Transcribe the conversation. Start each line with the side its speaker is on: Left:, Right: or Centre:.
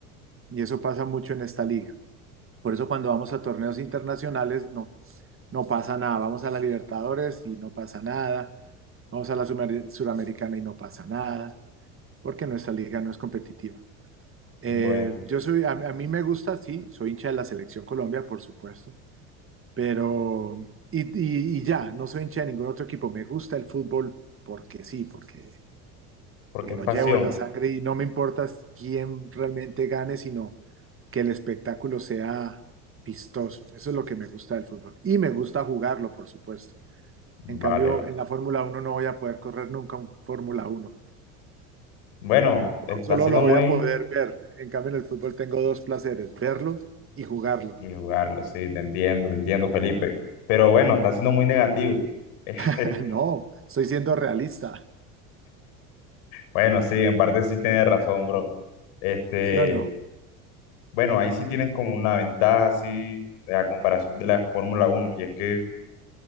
Right: y eso pasa mucho en esta liga. Por eso cuando vamos a torneos internacionales no, no pasa nada, vamos a la Libertadores y no pasa nada, vamos a la Sumer- Suramericana y no pasa nada, porque nuestra liga no es competitiva. Eh,
Left: bueno.
Right: yo soy, a, a mí me gusta, sí, soy hincha de la Selección Colombia, por supuesto, pero, y, y- y ya, no soy hincha de ningún otro equipo, me gusta el fútbol porque sí, porque,
Left: Porque
Right: porque
Left: es
Right: lo
Left: pasión.
Right: llevo en la sangre y no me importa quién realmente gane, sino que el espectáculo sea vistoso, eso es lo que me gusta del fútbol, y me gusta jugarlo, por supuesto.
Left: Vale.
Right: En cambio,
Left: va-
Right: en la Fórmula Uno no voy a poder correr nunca un Fórmula Uno,
Left: Bueno, está
Right: solo
Left: siendo
Right: lo
Left: muy...
Right: voy a poder ver, en cambio en el fútbol tengo dos placeres, verlo y jugarlo.
Left: Y jugarlo, sí, te entiendo, te entiendo, Felipe. Pero bueno, está siendo muy negativo. <laughs>
Right: <laughs> No, estoy siendo realista,
Left: Bueno, sí, en parte sí tienes razón, bro. Este,
Right: ¿sí o no?
Left: bueno, ahí sí tienes como una ventaja así a comparación de la Fórmula Uno. Y es que,